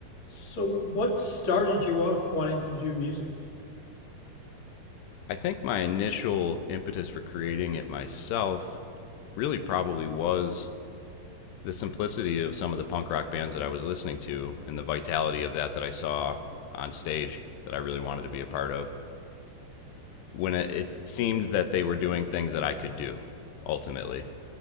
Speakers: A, on the left (about 35°); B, on the left (about 85°).
A: So, what started you off wanting to do music?
B: I think my initial impetus for creating it myself really probably was the simplicity of some of the punk rock bands that I was listening to and the vitality of that that I saw on stage that I really wanted to be a part of. When it, it seemed that they were doing things that I could do ultimately